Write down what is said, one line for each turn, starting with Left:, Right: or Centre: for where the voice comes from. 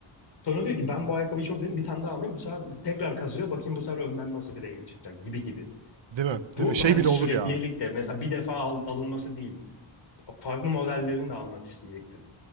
Left: Sonra diyor ki ben bu ayakkabıyı çok sevdim bir tane daha alayım. Bu sefer tekrar kazıyor. Bakayım bu sefer önden nasıl bir renk çıkacak gibi gibi.
Right: Değil mi? Değil
Left: Bu
Right: mi? Şey
Left: hani
Right: bile
Left: süreklilik
Right: olur ya.
Left: de mesela bir defa al- alınması değil farklı modellerini de almak isteyecektir.